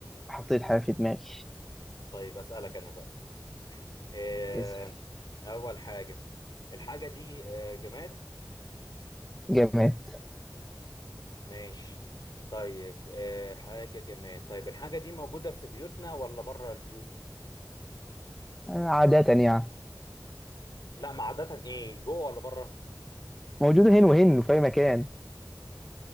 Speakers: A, in the centre; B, on the left (about 75°).
A: حطيت حاجة في دماغي
B: طيب أسألك أنا بقى إيه
A: اسأل
B: أول حاجة الحاجة دي آه، جماد
A: جماد
B: ماشي طيب إيه حاجة جماد طيب الحاجة دي موجودة في بيوتنا ولا بره البيوت
A: آه، عادة يعني
B: لا ما عادة إيه جوه ولا بره
A: موجودة هنا وهنا في أي مكان